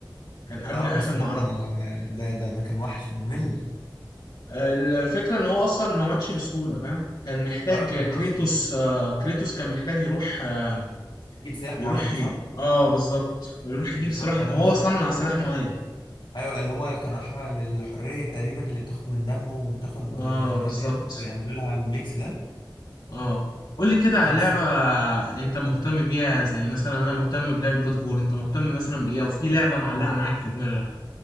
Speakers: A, on the left; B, on the left.
A: كان قبل
B: اه
A: آخر
B: بس
A: معركة
B: ده ده ده كان وحش ممل
A: الفكرة ان هو اصلا ما ماتش بسهولة فاهم كان محتاج
B: اه انا
A: كريتوس
B: قصدي
A: آه، كريتوس كان محتاج يروح آه،
B: يجيب سلاح
A: يروح
B: معين
A: ي...
B: صح؟
A: اه بالظبط يروح يجيب
B: بالظبط
A: سلاح م...
B: انا
A: هو
B: شفت
A: صنع سلاح معين
B: ايوه اللي هو كان رايحة للحرية تقريبا اللي بتاخد من دمه وبتاخد
A: اه
B: آه، الأداء
A: بالظبط
B: ويعملوا لها الميكس ده
A: اه قول لي كده على
B: اه بس
A: لعبة انت مهتم بيها زي مثلا انا مهتم بلعبة جاد فور انت مهتم مثلا بايه او في لعبة معلقة معاك في دماغك